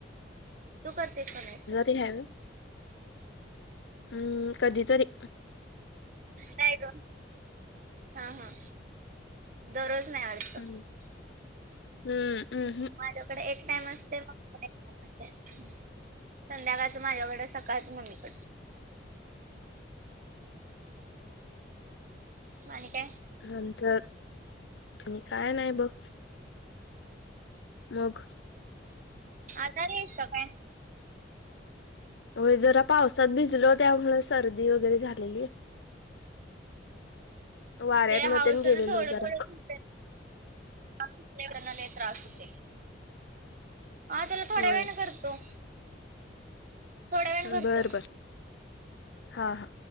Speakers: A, on the right; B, on the left.
A: तू करतेस का नाही अस.
B: ह्याव. हम्म कधीतरी.
A: काय ग हा हा. दररोज नाही आवडत का
B: हम्म हम्म हम्म
A: माझ कडे एक टाइम असते मग <unintelligible> संध्याकाळच माझ्याकडे सकाळच मम्मीकडे. आणि काय?
B: आमच आणि काय नाही बघ. मग.
A: आजारी आहेस का काय.
B: होय जरा पावसात भिजलो त्यामुळं सर्दी वगैरे झालेली. वाऱ्यात
A: ते हाऊसन
B: न तेन गेलेलो
A: थोड
B: जरा
A: थोड <unintelligible> त्रास होते. आ त्याला थोड्या
B: होय.
A: वेळाने करतो. थोड्या वेळाने करतो.
B: बरं बरं हा हा.